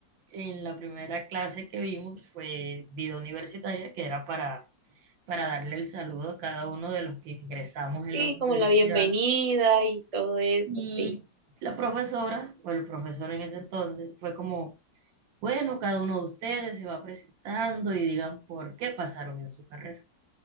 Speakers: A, on the right; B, on the right.
A: en la primera clase que vimos fue vida universitaria, que era para, para darle el saludo a cada uno de los que ingresamos
B: Sí,
A: en la universidad.
B: como la bienvenida y todo eso,
A: Y
B: sí,
A: la profesora, o el profesor en ese entonces, fue como, bueno, cada uno de ustedes se va presentando y digan por qué pasaron en su carrera.